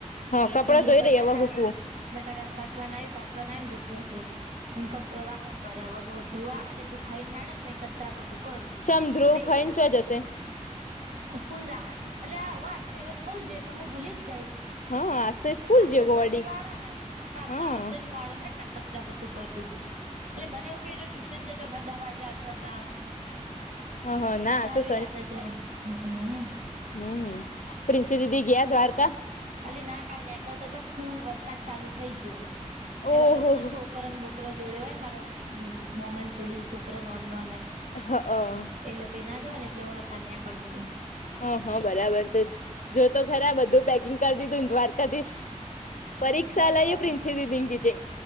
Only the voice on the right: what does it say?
એ
બટાકા
બટાકાન શાક બનાવી ભાત બનાય લૂટ બોધિયુ વાહન કરે હવે ધ્રુવ આવે ને એકધું ખાઈ ને હાડેને કચરા પો તું કરું
પેર
સ્કૂલ જાહ ને અલ્યા આતો સ્કૂલ જોઈએ તો હું ભૂલી જ જઈ
આ
તો
શનિવાર
હ તો આતા
આવશે જ મોડ હન તણ કચરાપોતું કર દવ મને એવું કે ટ્યુશન જો તો હમણાં દરવાજે આવશે હમણાં આવશે
હા અત્યારે
યાદ જાય હમ્મ
અલી ના કાલ નીકળતા ફૂલ વરસાદ ચાલુ થઈ ગયો એટલેાઈ
શું શો શોકરન બોકર જોડે હોય ને મારા મોમાં ન સુડી શોકર ઓનનય
એટલે પહી ના જવા ને એટલે અતાર નેકળશે
વરસાદ